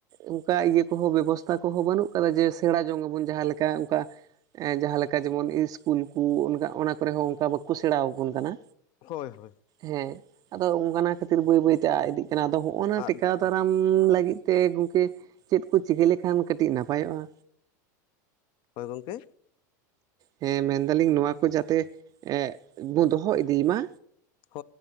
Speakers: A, on the right (about 40°); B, on the left (about 50°).
A: ᱚᱱᱠᱟ ᱤᱭᱟᱹ ᱠᱩ ᱦᱚᱸ ᱵᱮᱵᱚᱥᱛᱷᱟ ᱠᱚᱦᱚᱸ ᱵᱟᱹᱱᱩᱜ ᱠᱟᱫᱟ ᱡᱮ ᱥᱮᱬᱟ ᱡᱚᱝ ᱟᱵᱚᱱ ᱡᱟᱦᱟᱸ ᱞᱮᱠᱟ ᱚᱱᱠᱟ ᱮᱸ ᱡᱟᱦᱟᱸ ᱞᱮᱠᱟ ᱡᱮᱢᱚᱱ ᱤᱥᱠᱩᱞ ᱠᱩ ᱚᱱᱠᱟ ᱚᱱᱟ ᱠᱚᱨᱮ ᱦᱚᱸ ᱚᱱᱠᱟ ᱵᱟᱠᱚ ᱥᱮᱬᱟ ᱟᱵᱩᱱ ᱠᱟᱱᱟ᱾
B: ᱦᱳᱭ ᱦᱳᱭ᱾
A: ᱦᱮᱸ ᱟᱫᱚ ᱚᱱᱟ ᱠᱷᱟᱛᱤᱨ ᱵᱟᱹᱭ ᱵᱟᱹᱭᱛᱮ ᱟᱜ ᱤᱫᱤᱜ ᱠᱟᱱᱟ, ᱟᱫᱚ ᱦᱚᱜ-ᱚᱱᱟ
B: ᱟᱫ
A: ᱴᱮᱠᱟᱣ
B: ᱤᱫᱤᱜ ᱠᱟᱱᱟ
A: ᱫᱟᱨᱟᱢ᱾ ᱤ ᱞᱟᱹᱜᱤᱫ ᱛᱮ ᱜᱚᱝᱠᱮ ᱪᱮᱫ ᱠᱚ ᱪᱤᱠᱟᱹ ᱞᱮᱠᱷᱟᱱ ᱠᱟᱹᱴᱤᱡ ᱱᱟᱯᱟᱭᱚᱜᱼᱟ?
B: ᱦᱳᱭ ᱜᱚᱝᱠᱮ?
A: ᱦᱮᱸ ᱢᱮᱱᱫᱟᱞᱤᱧ ᱱᱚᱣᱟ ᱠᱚ ᱡᱟᱛᱮ ᱮᱸᱜ ᱵᱚ ᱫᱚᱦᱚ ᱤᱫᱤ ᱢᱟ
B: ᱦᱳᱭ